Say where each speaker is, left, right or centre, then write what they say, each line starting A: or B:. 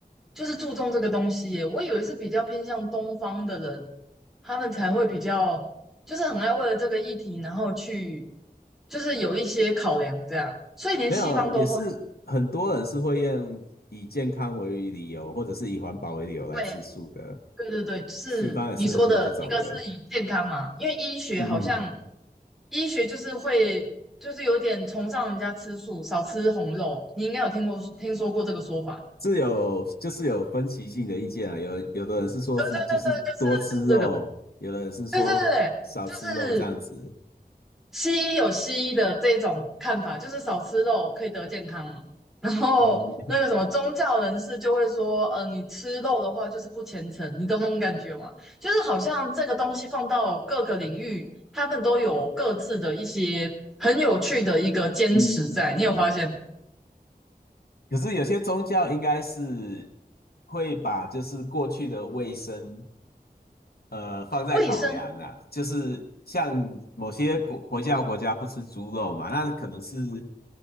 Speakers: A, in the centre; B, on the left.
A: 就是注重这个东西耶我以为是比较偏向东方的人，他们才会比较就是很爱为了这个议题，然后去就是有一些考量这样，所以连西方都会。
B: 没有，也是很多人是会用以健康为理由，或者是以环保为理由来吃素的。
A: 对对对对，是你说的，
B: 西方也是很多这种的。
A: 一个是以健康嘛，因为医学好像
B: 嗯嗯，
A: 医学就是会就是有点崇尚人家吃素，少吃红肉。你应该有听过听说过这个说法，
B: 是有就是有分歧性的意见啊。有有的人是说是就是多吃肉，
A: 对对对对，就是就是这个，
B: 有的人是说少吃肉这样子。
A: 对对对，就是西医有西医的这种看法，就是少吃肉可以得健康嘛。然后那个什么宗教人士就会说，
B: 嗯
A: 呃，你吃肉的话就是不虔诚，你懂那种感觉吗？就是好像这个东西放到各个领域，他们都有各自的一些很有趣的一个坚持在。
B: 嗯嗯嗯。
A: 你有发现吗？
B: 可是有些宗教应该是会把就是过去的卫生。呃，放在考量啊，
A: 卫生，
B: 就是像某些国国家国家不吃猪肉嘛，那可能是